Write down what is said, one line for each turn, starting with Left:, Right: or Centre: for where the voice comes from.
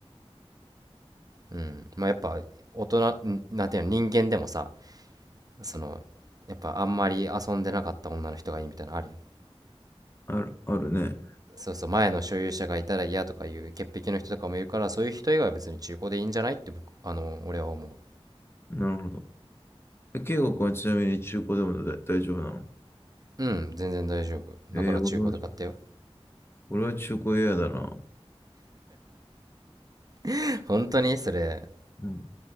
Right: うんまあやっぱ大人んなんていうの人間でもさそのやっぱあんまり遊んでなかった女の人がいいみたいなのあるやん
Left: ある、あるね。
Right: そうそう前の所有者がいたら嫌とかいう潔癖の人とかもいるからそういう人以外は別に中古でいいんじゃないって僕あの俺は思う
Left: なるほど。え圭吾君はちなみに中古でもだ大丈夫なの
Right: うん全然大丈夫だから中古で買ったよ
Left: えー、俺は、俺は中古嫌だな。
Right: <laughs> 本当にそれ
Left: うん。